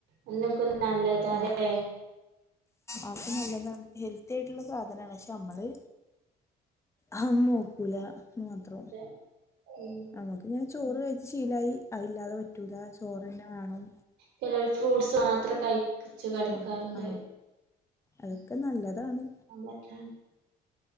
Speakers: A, on the right; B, on the left.
A: അതിനൊക്കെ നല്ലതാല്ലെ
B: ആ അത് നല്ലതാണ് ഹെൽത്തി ആയിട്ടുള്ള സാധനാണ് പക്ഷെ നമ്മള് അതൊന്നും നോക്കൂല മാത്രം
A: അതെ ഉം
B: നമ്മക്ക്ങ്ങനെ ചോറ് കഴിച്ച് ശീലായി അത് ഇല്ലാതെ പറ്റൂല ചോറെന്നെ വേണം
A: ചെലോൽ ഫ്രൂട്സ് മാത്ര കഴി ച്ച് കിടക്കാറുണ്ട്
B: മാത്രം ആ അതൊക്കെ
A: <unintelligible>
B: നല്ലതാണ്